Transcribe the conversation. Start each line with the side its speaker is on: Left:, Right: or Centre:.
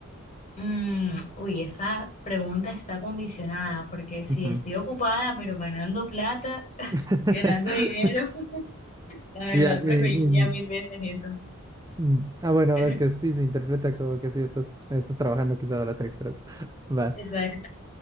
Left: Mm, uy, esa pregunta está condicionada porque si
Right: Ujú.
Left: estoy ocupada pero ganando plata,
Right: <laughs>
Left: ganando dinero, <laughs> la verdad
Right: Ya, eh,
Left: preferiría
Right: en-
Left: mil veces eso.
Right: mm, ah, bueno,
Left: <laughs>
Right: es que sí se interpreta como que sí estás, estás trabajando quizá horas extras. <laughs> Va.
Left: Exacto.